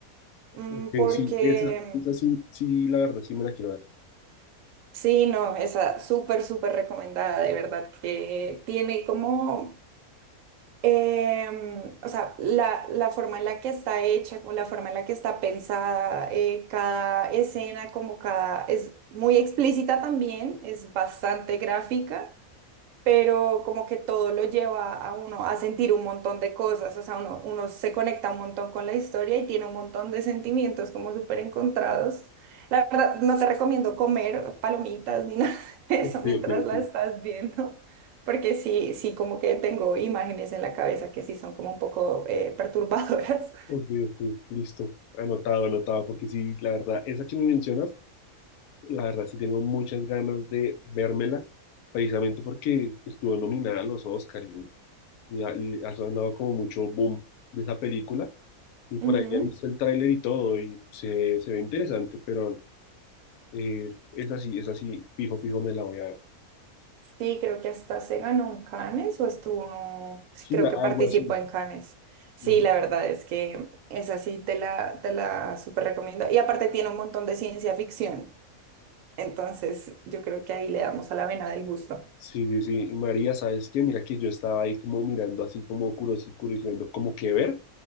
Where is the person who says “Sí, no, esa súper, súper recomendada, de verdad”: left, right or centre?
Right